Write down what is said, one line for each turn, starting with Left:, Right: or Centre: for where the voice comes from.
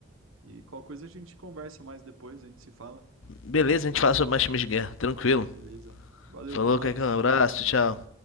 Right: e qualquer coisa a gente conversa mais depois, a gente se fala.
Left: beleza, a gente fala sobre mais filmes de guerra, tranquilo.
Right: Beleza. Valeu,
Left: Falou,
Right: até mais.
Left: Caicão, abraço, tchau.